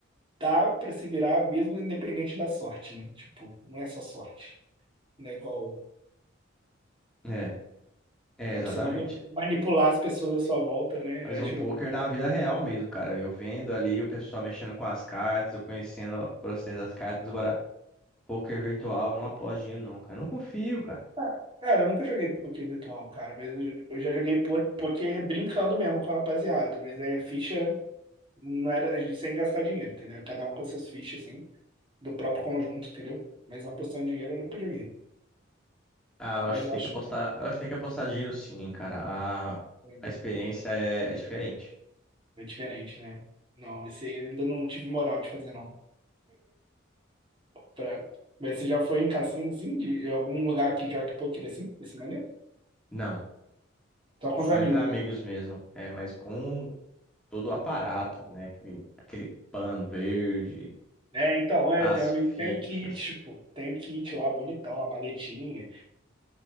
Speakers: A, on the right (about 25°); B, in the centre.
A: dá pra se virar mesmo independente da sorte, né? Tipo, não é só sorte. Não é igual.
B: É, é,
A: Dá
B: exatamente.
A: pra você mani- manipular as pessoas à sua volta, né?
B: Mas
A: Eu
B: um
A: acho.
B: poker da vida real mesmo, cara. Eu vendo ali o pessoal mexendo com as cartas, eu conhecendo o processo das cartas. Agora, poker virtual, eu não aposto dinheiro não, cara. Eu não confio, cara.
A: Ah, Cara, eu nunca joguei poker virtual, cara, mas eu já eu já joguei po- poker brincando mesmo com a rapaziada, mas é ficha, não era a gente sem gastar dinheiro, entendeu? Cada um com suas fichas, assim. do próprio conjunto, entendeu? Mas apostando em dinheiro eu nunca joguei.
B: Ah, eu
A: Mas
B: acho que
A: eu
B: tem
A: acho
B: que apostar, eu acho que tem que apostar dinheiro sim, cara. A,
A: que é
B: a experiência é é diferente.
A: é diferente, né? Não, esse aí eu ainda não tive moral de fazer, não. Pra... Mas você já foi em cassino, assim, de algum lugar que jogue poker assim, desse maneiro?
B: Não,
A: Só com
B: só
A: os amigos
B: entre amigos
A: mesmo.
B: mesmo. É, mas com todo o aparato, né? Aquele, aquele pano verde,
A: É, então, é,
B: as
A: tem um amigo
B: fichas.
A: que tem o kit, pô. Tem o kit lá, bonitão, a maletinha.